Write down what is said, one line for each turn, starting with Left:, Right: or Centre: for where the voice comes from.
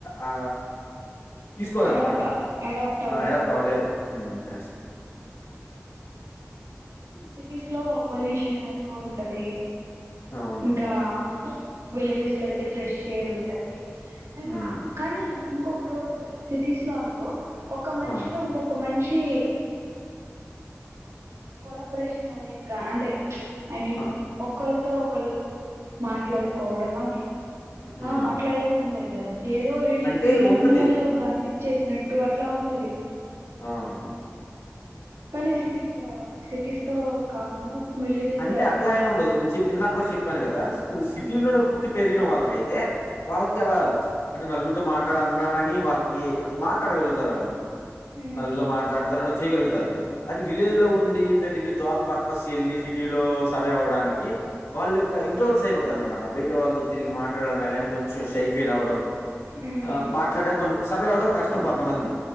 Left: ఆ తీసుకోలెన్నమాట
Right: అడాప్ట్ అడాప్ట్
Left: అడాప్ట్ అవ్వలేరు ఎస్
Right: సిటీస్ లో పొల్యూషన్ ఎక్కువగ ఉంటది
Left: అవును
Right: ఇంకా విలేజెస్ లో అయితే ఫ్రెష్ ఎయిర్ ఉంటది ఇంకా
Left: మ్మ్
Right: కానీ ఇంకొకటి కూడా ఉంటది సిటీస్ లో అనుకో ఒక్క మనిషి
Left: ఆ
Right: తొ ఇంకొక మనిషి కొలా బ్రేషన్ అనేదికా అంటే ఐ మీన్
Left: ఆ
Right: ఒకళ్ళతో ఒకళ్ళు మాట్లాడుకోవడం అ
Left: మ్మ్
Right: ఆ అట్లా ఏముండది కదా ఏదో ఇళ్
Left: అంటే ఉంటది
Right: ఇళ్లలో బంధిచ్చేసినట్టు అట్లా ఉంటది
Left: ఆహమ్
Right: కానీ సిటీస్లో సిటీస్ తో కాకుండా విలేజెస్
Left: అంటే
Right: లో అయితే
Left: అట్లా ఏం ఉండదు, నేను చెప్పి ఇందాక గూడా చెప్పాను గదా ఇప్పుడు
Right: ఉమ్
Left: సిటీలోనే పుట్టి. పెరిగిన వాళ్ళకయితే వాళ్ళకి అలా అంటే నలుగురితో మాట్లాడాన్నా కాని వాళ్ళకి మాట్లాడ. రలుగుతారు వాళ్ళు
Right: ఉమ్
Left: <unintelligible> తో మాట్లాడుతరు చేయగలుగుతారు, అది విలేజ్ లో ఉండి పెరిగి జాబ్ పర్పస్ ఎళ్ళి సి కిలో సర్వే అవ్వడానికి వాళ్ళు ఇంకా ఇంట్రో సేఫ్ అవతారు అనమాట బయట వాళ్ళతో తిరిగి మాట్లాడాలన్న గాని కొ. కొంచెం షై ఫీల్ అవ్వడం
Right: ఉమ్
Left: ఆ మాట్లాడ్డం కొంజు సర్వే అవ్వడం కష్టం కొంతమంది,